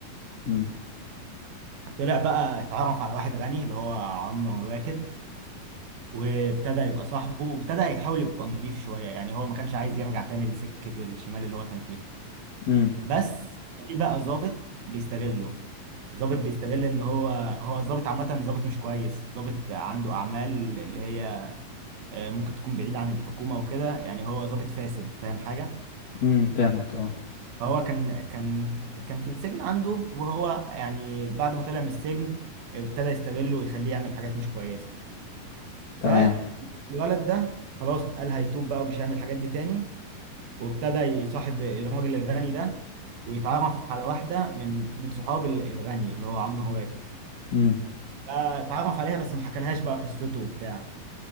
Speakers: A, on the left; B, on the right.
A: امم
B: طلع بقى اتعرف على واحد غني اللي هو عمرو واكد وابتدى يبقى صاحبه وابتدى يحاول يبقى نضيف شويه يعني هو ما كانش عايز يرجع تاني لسكه الشمال اللي هو كان فيها
A: امم
B: بس في بقى ظابط بيستغله ظابط بيستغل ان هو هو الظابط عامه ظابط مش كويس ظابط عنده اعمال اللي هي آه، ممكن تكون بعيد عن الحكومه وكده يعني هو ظابط فاسد فاهم حاجه
A: امم فاهمك اه
B: فهو كان كان كان في السجن عنده وهو يعني بعد ما طلع من السجن ابتدى يستغله ويخليه يعمل حاجات مش كويسه
A: تمام
B: فالولد ده خلاص قال هيتوب بقى ومش هيعمل الحاجات دي تاني وابتدى يصاحب الراجل الغني ده ويتعرف على واحدة من من صحاب ال- الغني اللي هو عمرو واكد
A: امم
B: فتعرف عليها بس ما حكالهاش بقى قصته وبتاع